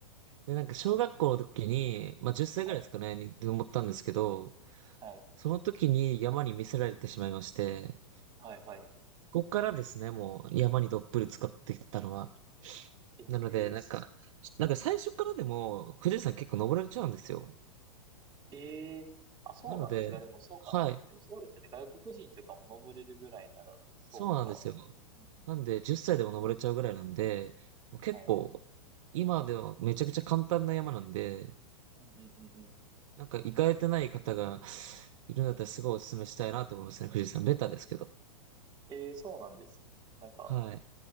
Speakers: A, on the right; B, on the right.
A: で、なんか小学校の時に、まあ10歳ぐらいですかね、
B: はい。
A: に登ったんですけど、
B: はい。
A: その時に山に見せられてしまいまして、
B: はい、はい。
A: ここからですね、もう山にどっぷり使っていったのは。
B: ええす
A: なので、なんか、なんか最初からでも富士山結構登れちゃうんですよ。
B: ええあ、そうなんですが、
A: なので、
B: でもそう、
A: はい。
B: あ、でもそうですよね。外国人とかも登れるぐらいなら、そうか。
A: そうなんですよ。
B: うんうん
A: なんで、10歳でも登れちゃうぐらいなんで、もう結構、
B: はい。
A: 今ではめちゃくちゃ簡単な山なんで、
B: うんうんうんうん。
A: なんか行かれてない方がいるんだったらすごいお勧めしたいなと思いますね、富士山。ベタですけど。
B: ええそうなんですね。なんか、
A: はい。